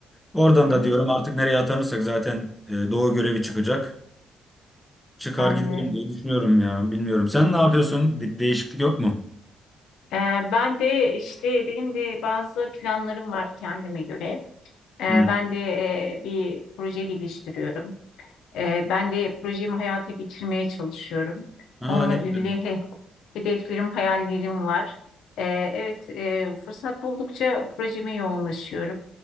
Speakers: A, in the centre; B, on the left (about 80°).
A: Oradan
B: Hı
A: da diyorum
B: hı.
A: artık nereye atanırsak zaten e, Doğu görevi çıkacak. Çıkar
B: Anlıyorum.
A: gidelim diye düşünüyorum ya. Bilmiyorum. Sen ne yapıyorsun? Bir değişiklik yok mu?
B: Ee, ben de işte benim de bazı planlarım var kendime göre. Ee,
A: Hı.
B: ben de e, bir proje geliştiriyorum. Ee, ben de projemi hayata geçirmeye çalışıyorum.
A: Aa
B: Onunla
A: ne
B: ilgili
A: güzel.
B: he- hedeflerim, hayallerim var. Ee, evet, e, fırsat buldukça projeme yoğunlaşıyorum.